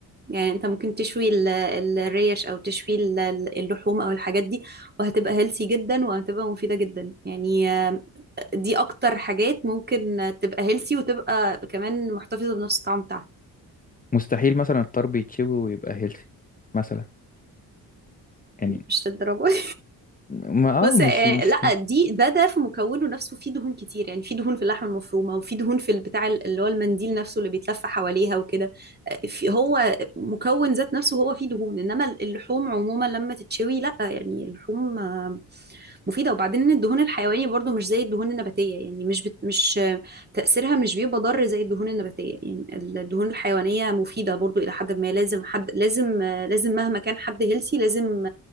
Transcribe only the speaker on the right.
يعني أنت ممكن تشوي ال- الريش أو تشوي ال- اللحوم أو الحاجات دي وهتبقى هيلثي جدا وهتبقى مفيدة جدا يعني آم، دي أكتر حاجات ممكن تبقى هيلثي وتبقى كمان محتفظة بنفس الطعم بتاعها
مش للدرجة دي
بص
آه،
لا دي ده ده في مكونه نفسه فيه دهون كتير يعني فيه دهون في اللحمه المفرومه وفيه دهون في البتاع اللي هو المنديل نفسه اللي بيتلف حواليها وكده آه، في- هو مكون ذات نفسه هو فيه دهون انما اللحوم عموما لما تتشوي لا يعني اللحوم مفيدة وبعدين إن الدهون الحيواني برضو مش زي الدهون النباتية يعني مش بت... مش تأثيرها مش بيبقى ضار زي الدهون النباتية يعني الدهون الحيوانية مفيدة برضو إلى حد ما لازم حد لازم لازم مهما كان حد هيلسي لازم